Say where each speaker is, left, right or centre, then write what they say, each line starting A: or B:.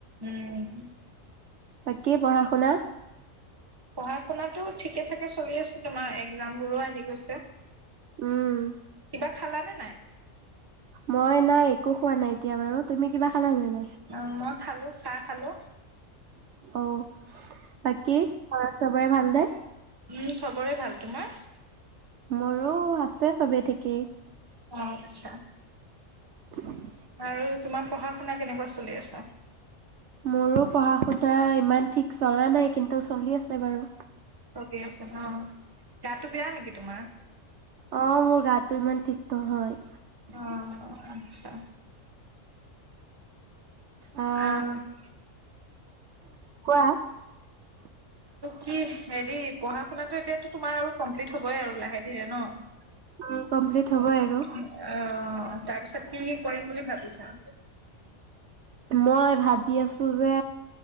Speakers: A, on the right; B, on the right.
A: উম।
B: বাকী পঢ়া শুনা।
A: পঢ়া শুনাাটো ঠিকে ঠাকে চলি আছে, তোমাৰ একজামবোৰো আহি গৈছে।
B: উম
A: কিবা খালা নে। নাই
B: মই নাই একো খোৱা নাই এতিয়া বাৰু, তুমি কিবা খালা নে নাই।
A: অঁ, মই খালো চাহ খালো।
B: অঁ। বাকী <unintelligible> চবৰে ভাল নে
A: উম চব বৰে ভাল তোমাৰ?
B: মোৰো আছে চবে ঠিকেই।
A: আচ্ছা।
B: <inaudible>
A: আৰু তোমাৰ পঢ়া-শুনা কেনেকুৱা চলি আছে।
B: মোৰো পঢ়া-শুনা ইমান ঠিক চলা নাই কিন্তু চলি আছে বাৰু।
A: চলি আছে ন' গাতটো বেয়া নেকি তোমাৰ
B: অ', মোৰ গাটো ইমান ঠিক নহয়।
A: অ', আচ্ছা।
B: আহ
A: অ'। <inaudible>
B: <inaudible>
A: কি হেৰি পঢ়া শুনাটো এতিয়াতো তোমাৰ আৰু কমপ্লিট হ'বই আৰু লাহে ধীৰে ন'। অ'।
B: উম কমপ্লিট হ'বই আৰু
A: অ', তাৰ পিছত কি কৰিম বুলি ভাবিছা?
B: মই ভাবি আছোঁ যে